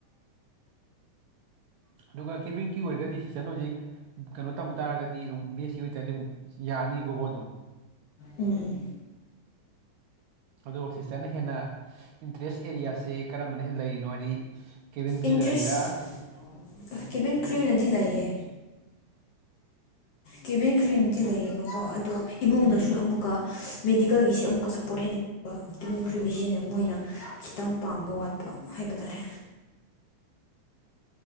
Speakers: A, on the right; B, on the left.
A: ꯑꯗꯨꯒ ꯀꯦꯕꯤꯡ ꯀꯤꯌꯨ ꯑꯣꯏꯔꯒꯗꯤ ꯁꯤꯇꯟ ꯍꯧꯖꯤꯛ ꯀꯩꯅꯣ ꯇꯝ ꯇꯥꯔꯒꯗꯤ ꯑꯗꯨꯝ ꯕꯦꯐꯦꯁꯤ ꯑꯣꯏꯇꯥꯔꯗꯤ ꯑꯗꯨ ꯌꯥꯅꯤꯕꯀꯣ ꯑꯗꯨꯝ
B: ꯎꯝ ꯎꯝ
A: ꯑꯗꯣ ꯁꯤꯁꯇꯔꯅ ꯍꯦꯟꯅ ꯏꯟꯇꯔꯦꯁ ꯑꯦꯔꯤꯌꯥꯁꯦ ꯀꯔꯝꯕꯅ ꯍꯦꯟꯅ ꯂꯩꯔꯤꯅꯣ ꯍꯥꯏꯗꯤ ꯀꯦꯕꯤꯟ ꯀ꯭ꯌꯨꯅ
B: ꯏꯟꯇꯔꯦꯁ
A: ꯂꯩꯔꯥ
B: ꯀꯦꯕꯤꯟ ꯀ꯭ꯔꯤꯌꯨꯅꯗꯤ ꯂꯩꯌꯦ ꯀꯦꯕꯤꯟ ꯀ꯭ꯔꯤꯌꯨꯅꯗꯤ ꯂꯩꯌꯦꯕꯀꯣ ꯑꯗꯣ ꯏꯕꯨꯡꯅꯁꯨ
A: ꯎꯝ
B: ꯑꯃꯨꯛꯀ ꯃꯦꯗꯤꯀꯦꯜꯒꯤꯁꯦ ꯑꯃꯨꯛꯀ ꯁꯞꯄꯣꯔꯠ ꯍꯦꯟꯅ ꯀꯦꯃꯤꯇ꯭ꯔꯤꯒꯤꯁꯤꯅ ꯃꯣꯏꯅ ꯈꯤꯇꯪ ꯄꯥꯝꯕ ꯋꯥꯠꯄ ꯍꯥꯏꯕ ꯇꯥꯔꯦ